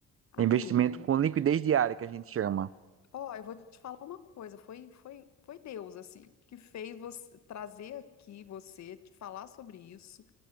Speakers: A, on the left (about 65°); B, on the right (about 45°).
A: Amigo,
B: É Investimento com liquidez diária que a gente chama.
A: ó, eu vou te falar uma coisa, foi foi foi Deus assim que fez você trazer aqui você, te falar sobre isso.